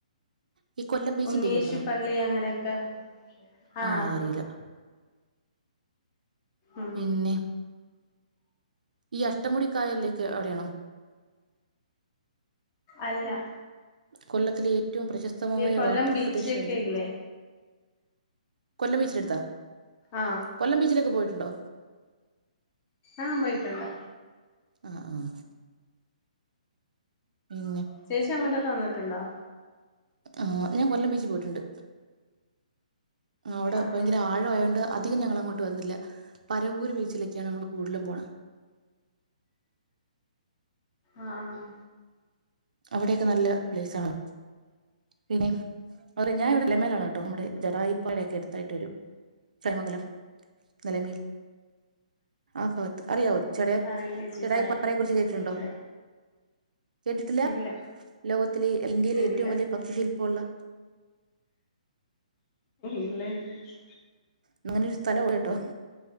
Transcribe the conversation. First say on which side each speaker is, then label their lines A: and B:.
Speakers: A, on the right; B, on the left.
A: ഈ കൊല്ലം ബീച്ചിന്റെ
B: ഉണ്ണീ
A: ഒക്കെ
B: ഏശു
A: അടുത്താണോ
B: പള്ളി അങ്ങനെയൊക്കെ ആഹ്
A: ആ അതറിയില്ല
B: ഉം
A: പിന്നെ ഈ അഷ്ടമുടിക്കായലേക്ക് അ വിടെയാണോ
B: അല്ല
A: കൊല്ലത്തിലെ ഏറ്റവും പ്രശസ്തമായ
B: ഈ കൊല്ലം
A: വാട്ടർ
B: ബീച്ചൊക്കെ
A: പ്രദേശമല്ലേ
B: ഇല്ലേ
A: കൊല്ലം ബച്ചില അടുത്താ
B: ആഹ്
A: കൊല്ലം ബീച്ചിലൊക്കെ പോയിട്ടുണ്ടോ
B: ആഹ് പോയിട്ടുണ്ട്
A: ആഹ് ആഹ് ഉം പിന്നെ
B: ചേച്ചി അങ്ങോട്ടൊക്കെ വന്നിട്ടുണ്ടോ
A: ആഹ് ഞാൻ കൊല്ലം ബീച്ചിൽ പോയിട്ടുണ്ട് അവിടെ
B: ആഹ്
A: ഭയങ്കര ആഴം ആയതുകൊണ്ട് അധികം ഞങ്ങൾ അങ്ങോട്ട് വന്നില്ല പരവൂർ ബീച്ചിലേക്കാണ് നമ്മൾ കൂടുതലും പോണേ
B: ആഹ് ആഹ ഹ്
A: അവിടെയൊക്കെ നല്ല പ്ലേസ് ആണ് പിന്നെ അതുപോലെ ഞാൻ ഇവിടെ നിലമേൽ
B: ആഹ്
A: ആണ് കേട്ടോ നമ്മുടെ ജടായുപ്പാറയൊക്കെ അടുത്തായിട്ട് വരും ചടയമംഗലം നിലമേൽ ആഹ് ഭാഗത്ത് അറിയാവോ ചടാ
B: അറിയില്ല ചേച്ചി
A: ജടായുപ്പാറയെ
B: സ്ഥലം
A: കുറിച്ച് കേട്ടിട്ടുണ്ടോ
B: ഇല്ല
A: കേട്ടിട്ടില്ല
B: ഇല്ല
A: ലോകത്തിലെ ഇന്ത്യയിലെ
B: ഇല്ല
A: ഏറ്റവും വലിയ പക്ഷിശില്പമുളള
B: ഇല്ല ചേച്ചി
A: അങ്ങനൊരു സ്ഥലം ഉണ്ട് കേട്ടോ,